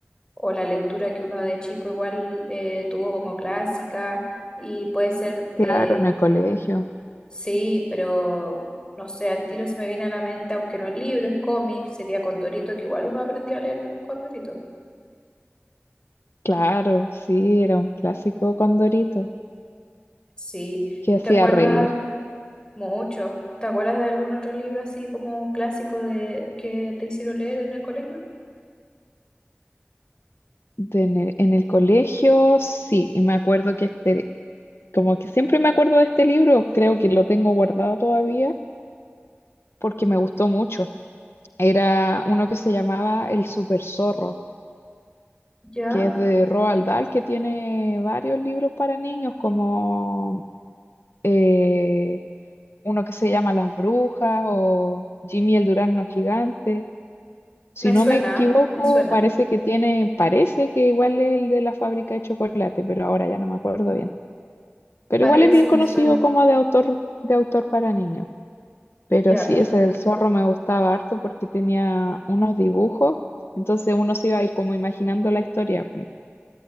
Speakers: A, on the left (about 20°); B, on the left (about 70°).
A: o la lectura que uno de chico igual eh, tuvo como clásica y puede ser,
B: Claro,
A: eh,
B: en el colegio.
A: sí, pero no sé, al tiro se me viene a la mente, aunque no es libro, es cómic, sería Condorito, que igual uno aprendió a leer con Condorito.
B: Claro, sí, era un clásico Condorito
A: Sí,
B: que
A: ¿y
B: hacía
A: ¿te acuerdas?
B: reír.
A: Mucho. ¿Te acuerdas de algún otro libro así como clásico de que te hicieron leer en el colegio?
B: De en el, en el colegio, sí, y me acuerdo que este, como que siempre me acuerdo de este libro, creo que lo tengo guardado todavía porque me gustó mucho. Era uno que se llamaba El Super Zorro,
A: Ya,
B: que es de Roald Dahl, que tiene varios libros para niños, como eh, uno que se llama Las Brujas o Jimmy el Durazno Gigante. Si
A: me
B: no
A: suena,
B: me equivoco,
A: me suena.
B: parece que tiene, parece que igual es el de la fábrica de chocolate, pero ahora ya no me acuerdo bien. Pero
A: Parece,
B: igual es bien conocido
A: me suena.
B: como de autor, de autor para niños. Pero
A: Ya,
B: sí,
A: perfecto.
B: ese del zorro me gustaba harto porque tenía unos dibujos, entonces uno se iba ahí como imaginando la historia.